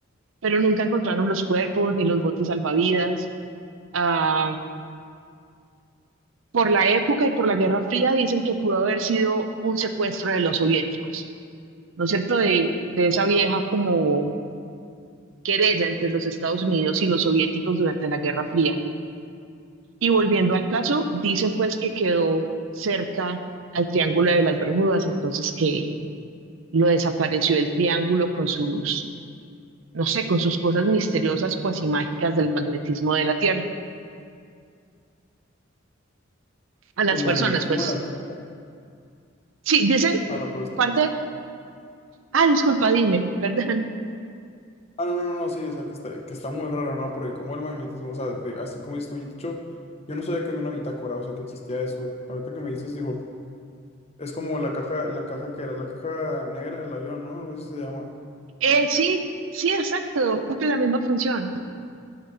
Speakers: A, on the right (about 70°); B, on the left (about 30°).
A: pero nunca encontraron los cuerpos ni los botes salvavidas. Ah, por la época y por la Guerra Fría dicen que pudo haber sido un secuestro de los soviéticos. ¿no es cierto?, de, de esa vieja como querella entre los Estados Unidos y los soviéticos durante la Guerra Fría. Y volviendo al caso, dicen pues que quedó cerca al Triángulo de las Bermudas, entonces que lo desapareció el triángulo con sus, no sé, con sus cosas misteriosas, cuasi mágicas del magnetismo de la Tierra. A las
B: Del magnetismo
A: personas, pues,
B: de la Tierra.
A: sí, dicen
B: Ahora, pero está
A: parte, ah, disculpa, dime, <laughs> perdón.
B: Ah, no, no, no, sí, o sea, que está, que está muy raro, ¿no? Porque como el magnetismo, o sea, de- así como estoy dicho, yo no sabía que había una bitácora, o sea, que existía eso. Ahorita que me dices, digo, es como la caja, la caja que era, la caja negra del avión, ¿no? Algo así se llama,
A: Eh, sí, sí, exacto, cumple la misma función.